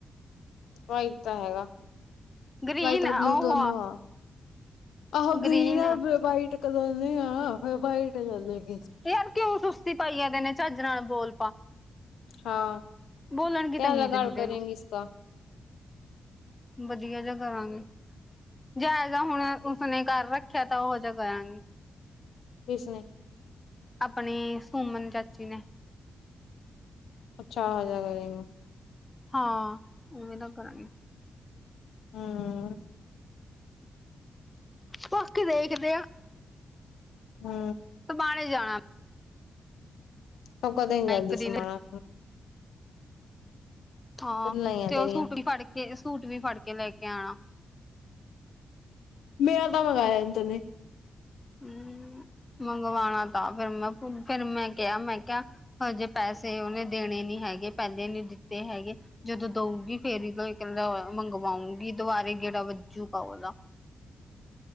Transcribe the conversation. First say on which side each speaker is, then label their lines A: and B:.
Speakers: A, on the left; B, on the left.
A: ਵਾਈਟ ਤਾਂ ਹੈਗਾ,
B: ਗ੍ਰੀਨ
A: ਵਾਈਟ ਰ
B: ਉਹ
A: ਬਲੂ ਦੋਨੋ ਆ। ਆਹੋ
B: ਗ੍ਰੀਨ
A: ਗਰੀਨ ਬੀ ਵਾੲਈਟ ਕਲਰ <unintelligible>
B: ਯਾਰ ਕੀਉਂ ਸੁਸਤੀ ਪਾਈ ਜਾਨੈਨੇ ਝੱਜ ਨਾਲ ਬੋਲ ਪਾ।
A: ਹਾਂ
B: ਬੋਲਣ ਕੀ
A: ਕੇਆ
B: ਤਮੀਜ਼
A: ਲਗਾੜ
B: ਨੀ ਤੈਨੂੰ
A: ਕਰੇਗੀ ਇਸਕਾ
B: ਬਦੀਆ ਜਾ ਕਰਾਂਗੀ। ਜੇਆ ਹੁਣ ਉਸਨੇ ਕਰ ਰੱਖੈਆ ਤਾਂ ਉਹੋ ਜੇਆ ਕਰਾਂਗੀ
A: ਈਸ ਨੇ
B: ਆਪਣੀ ਸੋਮਨ ਚਾਚੀ ਨੇ
A: ਅੱਛਾ ਆਜੇਆ ਕਰੀ
B: ਹਾਂ ਏਵੇਂ ਤਾਂ ਕਰਗੇ
A: ਹੂੰ।
B: ਬਾਕੀ ਦੇਖਦੇ ਆ
A: ਹੂੰ।
B: ਅ ਬਣ ਜਾਣਾ
A: ੳਹ ਕਦੇ ਨੀ ਜਾਂਦੀ,
B: ਮੈਂ ਇੱਕ
A: ਸਮਾਣਾ
B: ਦਿਨ ਹਾਂ
A: ਖੁੱਲਾ ਈ ਆ
B: ਤੇ ਉਹ
A: ਤੇਰੀਆਂ।
B: ਸੂਟ ਵੀ ਫੜ ਕੇ, ਸੂਟ ਵੀ ਫੜ ਕੇ ਲੈ ਕੇ ਆਉਣਾ
A: ਮੇਰਾ ਤਾਂ ਮੰਗਾਇਆ ਨੀ, ਤਨ ਨੇ।
B: ਹਮ ਮੰਗਵਾਉਣਾ ਤਾਂਾ, ਫਿਰ ਮੈਂ, ਫਿਰ ਮੈਂ ਕਿਹਾ, ਮੈਂ ਕਿਹਾ ਹਜੇ ਪੈਸੇ ਉਹਨੇ ਦੇਣੇ ਨਹੀਂ ਹੈਗੇ, ਪਹਿਲੇ ਨਹੀਂ ਦਿੱਤੇ ਹੈਗੇ। ਜਦੋਂ ਦਊਗੀ ਫੇਰ ਹੀ ਕਹਿੰਦਾ ਮੰਗਵਾਉਂਗੀ, ਦੁਬਾਰੇ ਗੇੜਾ ਵੱਜੂਗਾਓਦਾ।